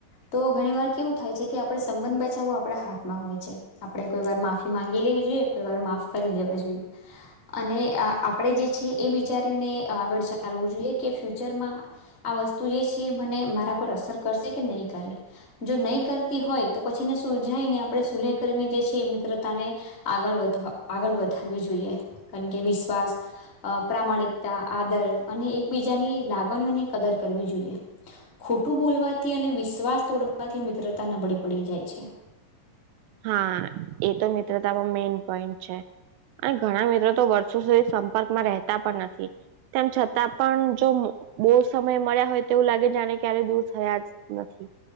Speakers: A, on the left; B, on the right.
A: તો ઘણી વાર કેવું થાય છે કે, આપડે સંબંધ બચાવવું આપડા હાથમાં હોય. છે. આપડે કોઈ વાર માફી માંગી લેવી જોઈએ, વાર માફ કરી દેવા જોઈએ. અને આ આપડે જે છે, એ વિચારીને આગળ ચાલવું જોઈએ, કે ફ્યુચરમાં આ વસ્તુ જે છે, મને મારા પર અસર કરશે કે નહીં કરે. જો નહી કરતી હોય, તો પછીને સુલજાઈ ને આપડે સુલે કરીને જે છે, એ મિત્રતાને આગળ વધા આગળ વધારવી જોઈએ. કારણ કે, વિશ્વાસ અહ પ્રામાણિકતા આદર, અને એકબીજાની લાગણીઓની કદર કરવી જોઈએ. ખોટું બોલવાથી, અને વિશ્વાસ તોડવાથી, મિત્રતા નબળી પડી જાય છે.
B: હા, એ તો મિત્રતામાં મેઈન પોઈન્ટ છે. અને ઘણા મિત્રો તો વર્ષો સુધી સંપર્કમાં રહેતા પણ નથી. તેમ છતાં પણ, જો બહુ સમય મળા હોય તેવું લાગે, જાને ક્યારે દૂર થયા નથી.